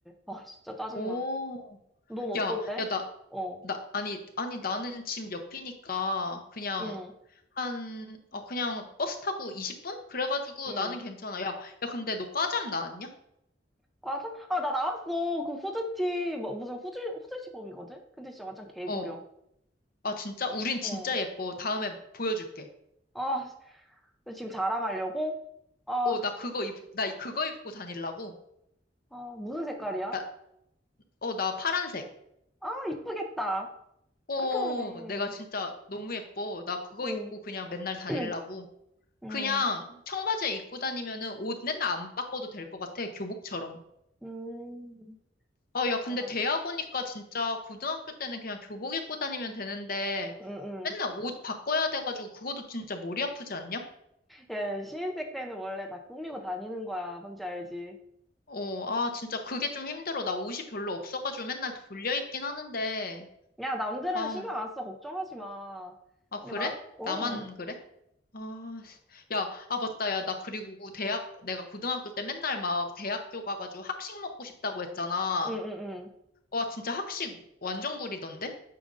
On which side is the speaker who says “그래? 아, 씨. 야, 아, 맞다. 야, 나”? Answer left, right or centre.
Left